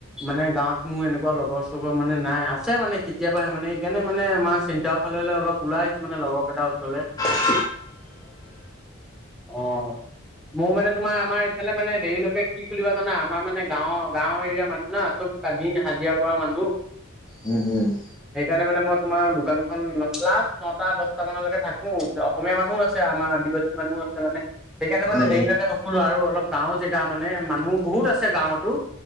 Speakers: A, in the centre; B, on the left.
A: মানে গাঁৱত মোৰ এনেকুৱা লগৰ চগৰ মানে নাই আছে মানে কেতিয়াবাহে মানে সেইকাৰণে মানে মাৰ চিন্তা ফালে অলপ ওলাই আহিছো মানে লগৰকেইটাৰ ওচৰলে।
B: ঠিকে আছে ঠিকে আছে ওলাই আহিলে তেনেকে উম উম উম
A: অ'। মোৰ মানে তোমাৰ আমাৰ ইফালে মানে দেৰিলৈকে কি খুলিবা জানা, আমাৰ মানে গাঁৱৰ-গাঁৱৰ এৰিয়াৰ মানুহ না, চব দিন হাজিৰা কৰা মানুহ।
B: উম, উম।
A: সেইকাৰণে মানে মই তোমাৰ দোকানখন লাষ্ট নটা দহটা মানলৈকে থাকো, অসমীয়া মানুহো আছে আমাৰ আদিবাসী মানুহো আছে মানে। সেইকাৰণে মানে
B: উম
A: দেৰিলৈকে নুখোলো আৰু অলপ গাঁওৰ জেগা মানে মানুহ বহুত আছে গাঁৱতো।